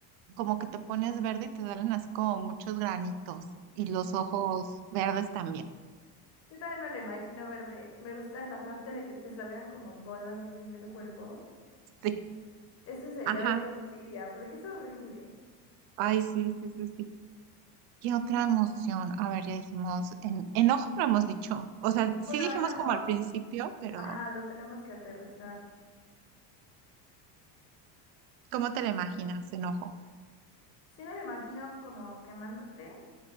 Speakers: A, on the right; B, on the left.
A: como que te pones verde y te salen así como muchos granitos y los ojos verdes también. <laughs>
B: Yo también me lo imagino verde. Me gusta la parte de que te salgan como bolas así en el cuerpo.
A: Sí.
B: Ese sería
A: Ajá.
B: de que envidia, porque es horrible.
A: Ay, sí, sí, sí, sí. ¿Qué otra emoción? A ver, ya dijimos, en, enojo no hemos dicho. O sea, sí
B: Bueno,
A: dijimos
B: enojo,
A: como al principio, pero
B: ajá, lo tenemos que aterrizar.
A: ¿cómo te la imaginas, enojo?
B: Sí me lo imagino como quemándote,